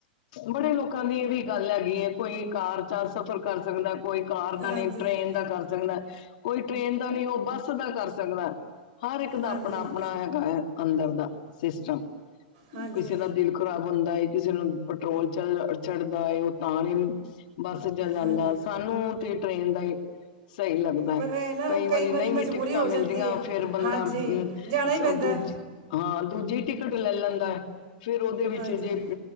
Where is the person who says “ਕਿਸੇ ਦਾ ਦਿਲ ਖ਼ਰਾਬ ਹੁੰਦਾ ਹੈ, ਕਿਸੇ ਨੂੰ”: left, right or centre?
Left